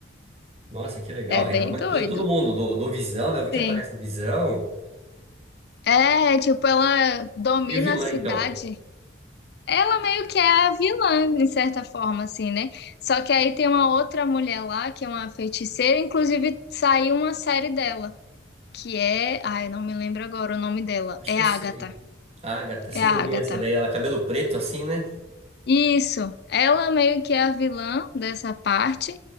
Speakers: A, on the right; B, on the left.
A: Nossa, que legal.
B: É bem
A: E Ela manipulando
B: doido.
A: todo mundo, do, do Visão, né? Eu vi que
B: Sim.
A: aparece o Visão.
B: É, tipo, ela domina
A: Meio vilã,
B: a cidade.
A: então.
B: Ela meio que é a vilã, de certa forma, assim, né? Só que aí tem uma outra mulher lá, que é uma feiticeira, inclusive saiu uma série dela, que é. Ai, não me lembro agora o nome dela.
A: Acho
B: É
A: que eu
B: Agatha.
A: sei. Ah, gata,
B: É
A: sim,
B: a
A: eu
B: Agatha.
A: vi essa daí, ela cabelo preto assim, né?
B: Isso. Ela meio que é a vilã dessa parte,